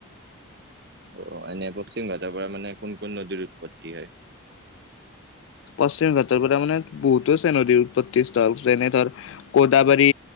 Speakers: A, on the right; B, on the left.
A: <inaudible> অ এনে পশ্চিম ঘাটৰ পৰা মানে কোন কোন নদীৰ উৎপত্তি হয়
B: পশ্চিম ঘাটৰ পৰা মানে বহুতো আছে নদীৰ উৎপত্তিস্থল যেনে ধৰ গোদাবাৰী